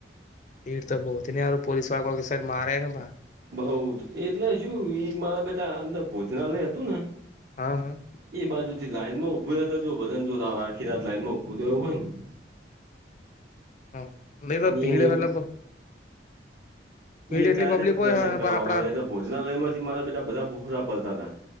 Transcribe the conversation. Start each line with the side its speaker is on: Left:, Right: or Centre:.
Left: એ તો બહુથી નેં પોલીસવાળો કોઈક સાડ મારે ને ભા.
Right: બઉ જ એટલે શું ઈ મારા બેટા અંદર ભોજનાલય હતું ને.
Left: હા હા.
Right: એ બાજુ થી લાઈનમાં ઊભું રહેતા જો બધન જો આખી રાત લાાઈનમાં ઊભું એવું હોય ને.
Left: હા દે તો
Right: અને
Left: <unintelligible>
Right: એને
Left: પો
Right: એ ડાયરેક્ટ
Left: એટલી પબ્લિક હોય
Right: દર્શન
Left: ને
Right: કરવા
Left: આપડા
Right: હોય એ તો ભોજનાલય માંથી મારા બા બધા હુખરા પલતા હતા.